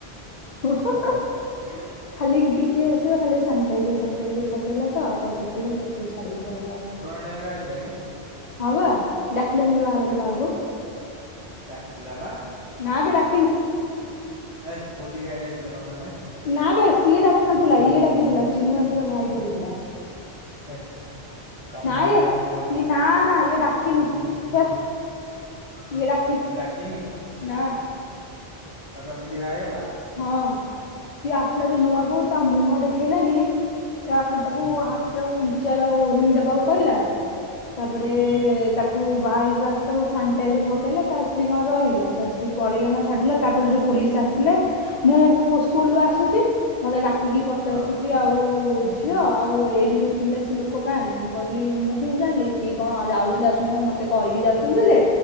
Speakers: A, on the left (about 40°); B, on the right (about 25°).
A: ହଁ ହଁ
B: ଓ
A: ଖାଲି ଟିକେ ଆସିବ ଖାଲି ସାନିଟାଇଜର ସାନିଟଜର ପକେଇଲା ତ ତ ସେଥିପାଇଁ ତା ଛାଡିକି ପଳେଇଲା।
B: <unintelligible>
A: ହ ବା ଡାକିଲାନିବା ବାହାଘରରେ କାହାକୁ।
B: ଡାକିଥିଲା ବା।
A: ନାଁ ବେ ଡାକିନି।
B: ଏ ଭୋଜିିଖାଇ ଯାଇଥିଲ ତମେ ମାନେ।
A: ନା ବେ ସିଏ ଡାକି ନଥିଲା ଇଏ ଡାକିଥିଲା ଚିିନୁ ଆଣ୍ଠିର ଭାଇ ଡାକିଥିଲା।
B: ଏ ତମେ
A: ନାଇଁରେ
B: ମାନେ ଯାଇଥିଲା ମନ୍
A: ଇଏ ନା ନା ଇଏ ଡାକିନି, ହେ ଇଏ ଡା
B: ଏ ଡାକିନି?
A: ନା,
B: ଆଉ କଣ ଏମିତି ବାହା ହେଇଗଲା?
A: ହଁ, ସିଏ ଆସିଲା ଯେ
B: ଏ
A: ନୂଆ
B: ଶଳା
A: ବୋହୁ ତା ମୁହଁ ଦେଖେଇଲାନି। ତା ଖାଲି ତାକୁ
B: ହୁଁ
A: ହାତ ଉଞ୍ଚାର ଓଢଣୀ ଦେବାକୁ କହିଲା। ତାପରେ
B: ହୁଁ
A: ତା କୁ ବାହାରିଲା ସେତେବେଳେ ସାନିଟାଇଜର ପକେଇଲା। ତା ସ୍ତ୍ରୀ କ'ଣ ରହିଲା? ତା ସ୍ତ୍ରୀ ପଳେଇଲା ନା ଛାଡ଼ିଲା ତାପରେ ଯୋ ପୋଲିସ ଆସିଲା। ମୁଁ ସ୍କୁଲରୁ ଆସୁଛି, ମତେ ଡାକିକି ପଚାରୁଛି
B: ହଁ
A: କି ଆଉ ଝି ଝିଅ ଆଉ ଏଇଠି ଯୋଉ ଥିଲା ସେ ଲୋକ କାହିଁ? ମୁଁ କହିଲି, ମୁଁ କେମିତି ଜାଣିଲି କି କଣ ଯାଉଉଛନ୍ତି ଆସୁଛନ୍ତି କଣ ମତେ ମତେ କହିକି ଯାଉଛନ୍ତି ଯେ?